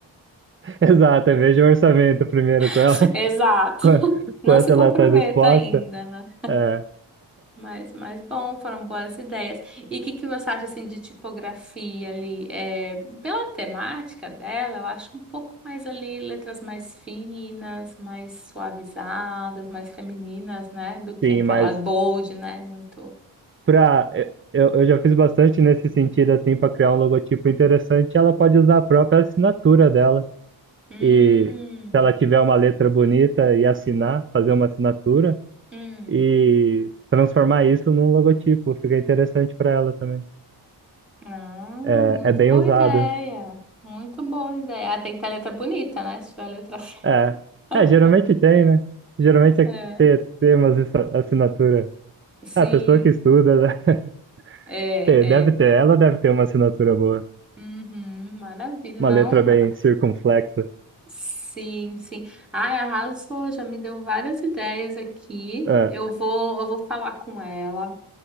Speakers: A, on the right; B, in the centre.
A: <laughs> Exato, eu vejo o orçamento primeiro com
B: <laughs>
A: ela,
B: Exato.
A: <laughs> qua-
B: Não
A: quanto
B: se comprometa
A: ela está disposta.
B: ainda, né?
A: É,
B: Mas, mas bom, foram boas ideias. E o que que você acha assim de tipografia ali? É, pela temática dela, eu acho um pouco mais ali letras mais finas, mais suavizadas, mais femininas, né? Do que
A: sim,
B: aquela
A: mas
B: bold, né? Muito.
A: pra, é, eu, eu já fiz bastante nesse sentido, assim, para criar um logotipo interessante, ela pode usar a própria assinatura dela
B: Hum,
A: e se ela tiver uma letra bonita e assinar, fazer uma assinatura
B: hum.
A: e transformar isso num logotipo. Fica interessante para ela também.
B: Ah, muito
A: É, é bem
B: boa
A: usado.
B: ideia. Muito boa ideia. Ah, tem que ter letra bonita, né? Se tiver letra feia.
A: É. É.
B: <laughs>
A: É, geralmente tem, né? Geralmente é
B: É.
A: ter, ter umas assa- assinatura.
B: Sim,
A: A pessoa que estuda, né?
B: é,
A: <laughs> Tem-
B: é.
A: Deve ter, ela deve ter uma assinatura boa.
B: Uhum, maravilha.
A: Uma
B: Não,
A: letra bem circunflexa.
B: Sim, sim. Ai, arrasou, já me deu várias ideias aqui.
A: É,
B: Eu vou, eu vou falar com ela,